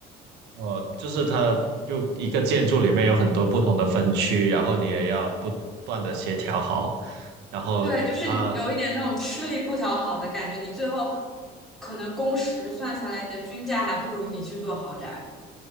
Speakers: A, on the right; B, in the centre.
A: 哦，就是它就一个建筑里面有很多不同的分区，然后你也要不断的协调好，然后它
B: 对，就是有一点那种吃力不讨好的感觉，你最后可能工时算下来，你的均价还不如你去做豪宅。